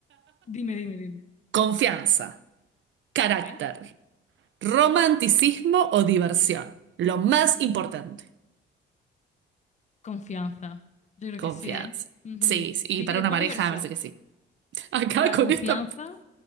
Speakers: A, on the left; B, on the right.
A: Dime, dime, dime.
B: Confianza, carácter,
A: ¿Eh?
B: romanticismo o diversión. Lo más importante,
A: Confianza. Yo creo
B: confianza.
A: que sí, ¿eh? Ujú.
B: Sí, sí, y
A: Sí,
B: para
A: y después
B: una pareja,
A: diversión.
B: me parece que sí. <laughs> Acá
A: Pero la
B: con
A: confianza.
B: esta...